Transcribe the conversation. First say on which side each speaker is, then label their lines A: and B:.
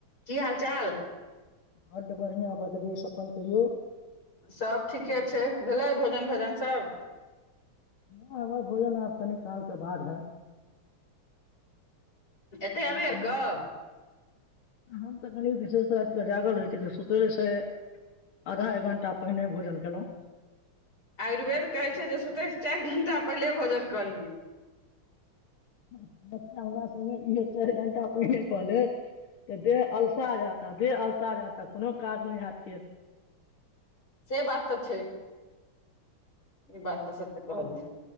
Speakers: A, on the left (about 45°); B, on the left (about 80°).
A: की हाल चाल।
B: बड्ड बढ़िआं बदबश अपन कहियौ।
A: सब ठीके छै भेलै भ। भजन भजन सब।
B: नहि हमर भोजन आब कनि कालके बाद हैत।
A: एते अबै
B: कनि-
A: आर कऽ।
B: हम तऽ कनि विशेष रातिके जागल रहै छियै तऽ सुतयसँ आधा एक घण्टा पहिने भोजन कयलहुँ।
A: आयुर्वेद कहैत छै जे सुतै छै चारि घण्टा। पहिले भोजन कलिय।
B: ह। बच्चा हमरा से इ चारि घं्टा पहिने कहले तऽ देह अलसा जा। ताद अलस हय तऽ कोनो काज नहि हत फ।
A: से बात तऽ छै। ई बात तऽ सत कहली।